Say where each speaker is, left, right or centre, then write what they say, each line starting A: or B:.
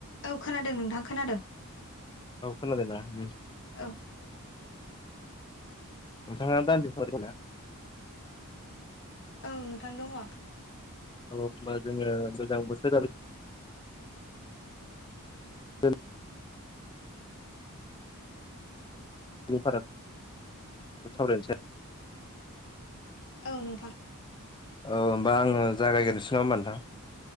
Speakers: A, on the left (about 55°); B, on the left (about 20°).
A: औ खोनादों नोंथां खोनादों
B: औ खोनादों ना उम
A: औ
B: नोंथाङा दान्दिफरोना
A: औ नोंथां दङ
B: औ होनबा जोङो गोजां बोथोर आरो <unintelligible> नि‌ फाराग सावरायनोसै
A: औ नोंथां
B: औ होमबा आङो जागायग्रोसै नामा नोंथां?